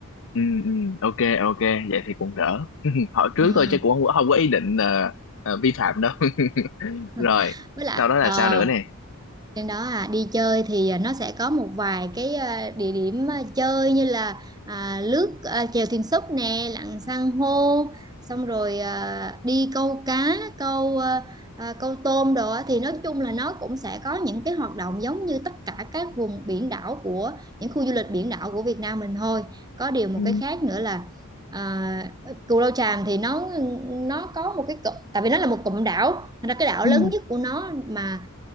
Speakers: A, on the left; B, on the right.
A: Ừ, ừ, ok ok vậy thì cũng đỡ <laughs> hỏi trước
B: ừ.
A: thôi chứ cũng không, không có ý định ờ, ờ, vi phạm đâu <laughs>
B: <laughs>
A: rồi
B: với lại
A: sau đó là
B: ờ,
A: sao nữa nè
B: Trên đó à đi chơi thì à, nó sẽ có một vài cái à, địa điểm à, chơi như là à, lướt à, chèo thuyền súp nè, lặn san hô, xong rồi à, đi câu cá, câu à, à, câu tôm đồ á. thì nói chung là nó cũng sẽ có những cái hoạt động giống như tất cả các vùng biển đảo của những khu du lịch biển đảo của Việt Nam mình thôi. Có điều một
A: ừ
B: cái khác nữa là À, Cù Lao Chàm thì nó nó có một cái cụm tại vì nó là một cụm đảo thành ra cái đảo
A: ừ
B: lớn nhất của nó mà